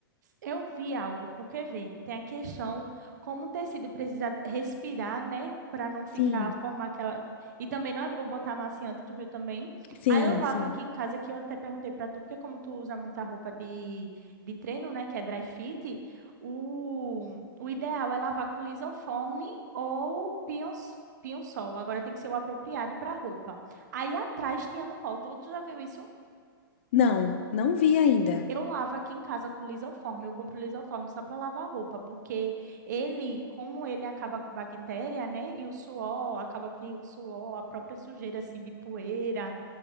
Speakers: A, on the right; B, on the left.
A: Eu vi algo, porque vê, tem a questão como o tecido precisa respirar, né, para não
B: Sim,
A: ficar, formar aquela. E também não é bom botar amaciante, tu viu também?
B: sim,
A: Aí eu lavo
B: sim.
A: aqui em casa, que eu até perguntei para tu, porque como tu usa muita roupa de, de treino, né, que é dry fit, o, o ideal é lavar com lisoforme ou pinhos, pinho-sol. Agora tem que ser o apropriado para roupa. Aí atrás tinha no rótulo, tu já viu isso?
B: Não, não vi ainda.
A: Eu lavo aqui em casa com lisoforme, eu compro lisoforme só para lavar roupa, porque ele, como ele acaba com bactéria, né? E o suor, acaba que o suor, a própria sujeira assim de poeira,